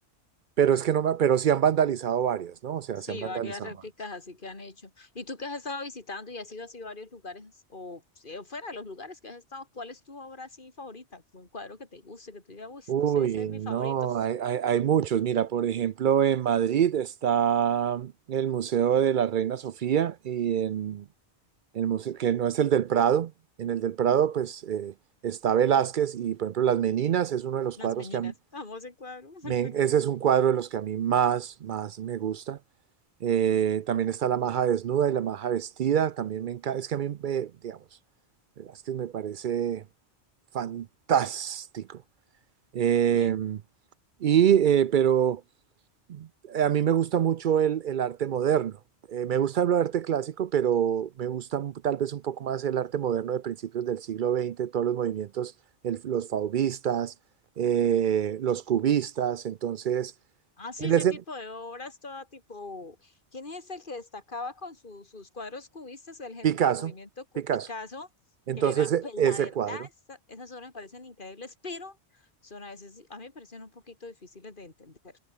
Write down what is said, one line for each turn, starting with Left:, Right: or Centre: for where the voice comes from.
Right: pero es que no me, pero sí han vandalizado varias, ¿no? O sea,
Left: Sí,
Right: se han vandalizado
Left: varias réplicas
Right: varias.
Left: así que han hecho. ¿Y tú que has estado visitando y has ido así a varios lugares o eh, fuera de los lugares que has estado, cuál es tu obra así favorita? Un cuadro que te guste, que tú digas, uy,
Right: Uy,
Left: no sé, ese es mi
Right: no,
Left: favorito. <laughs>
Right: hay, hay, hay muchos. Mira, por ejemplo, en Madrid está el Museo de la Reina Sofía y en en el museo, que no es el del Prado. En el del Prado, pues eh, está Velázquez y, por ejemplo, Las Meninas es uno de los
Left: Las
Right: cuadros
Left: meninas.
Right: que a mí,
Left: Amo ese cuadro, <laughs> me parece
Right: me-
Left: lindo.
Right: ese es un cuadro de los que a mí más, más me gusta. Eh, también está La Maja Desnuda y La Maja Vestida, también me encanta. Es que a mí, me, digamos, Velázquez me parece fantástico. Eh,
Left: Bien.
Right: y, eh, pero eh, a mí me gusta mucho el, el arte moderno. Eh, me gusta el arte clásico, pero me gusta un- tal vez un poco más el arte moderno de principios del siglo XX, todos los movimientos, el- los fauvistas, eh, los cubistas. Entonces,
Left: Ah, sí,
Right: en
Left: ese
Right: ese
Left: tipo de obras, todo tipo. ¿Quién es el que destacaba con su- sus cuadros cubistas del, gen-
Right: Picasso,
Left: del movimiento cu-
Right: Picasso.
Left: Picasso?
Right: Entonces,
Left: Que eran,
Right: e-
Left: pues la
Right: ese
Left: verdad,
Right: cuadro.
Left: esa- esas obras me parecen increíbles, pero son a veces, a mí me parecen un poquito difíciles de entender.